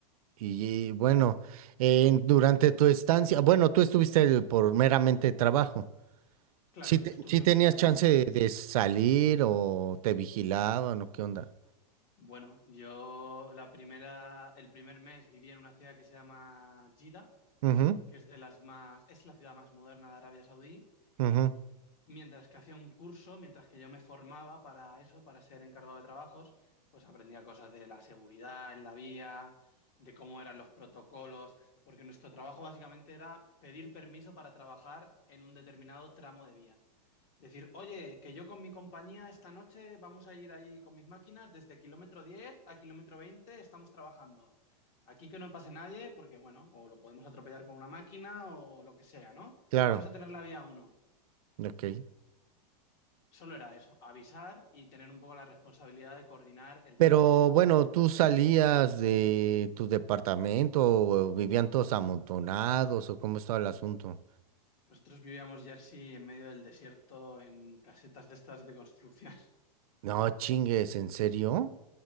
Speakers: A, on the right; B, on the left.
A: y bueno, en- durante tu estancia, bueno, tú estuviste por meramente trabajo.
B: Claro,
A: ¿Sí, te-
B: yo estuve
A: sí tenías
B: un
A: chance
B: año.
A: de, de salir o te vigilaban o qué onda?
B: Bueno, yo la primera, el primer mes viví en una ciudad que se llama Jeddah,
A: Ujú,
B: que es de las más, es la ciudad más moderna de Arabia Saudí
A: ujú,
B: mientras que hacía un curso, mientras que yo me formaba para eso, para ser encargado de trabajos, pues aprendía cosas de la seguridad en la vía, de cómo eran los protocolos, porque nuestro trabajo básicamente era pedir permiso para trabajar en un determinado tramo de vía. Decir, oye, que yo con mi compañía esta noche vamos a ir ahí con mis máquinas desde kilómetro 10 a kilómetro 20 estamos trabajando. Aquí que no pase nadie, porque bueno, o lo podemos atropellar con una máquina o lo que sea, ¿no?
A: Claro,
B: Vamos a tener la vía uno
A: ok.
B: Solo era eso, avisar y tener un poco la responsabilidad de coordinar el
A: Pero
B: trabajo.
A: bueno, tú salías de tu departamento, o vivían todos amontonados, o cómo estaba el asunto.
B: Nosotros vivíamos Jersey en medio del desierto en casetas de estas de construcción. <laughs>
A: No, chingues, ¿en serio?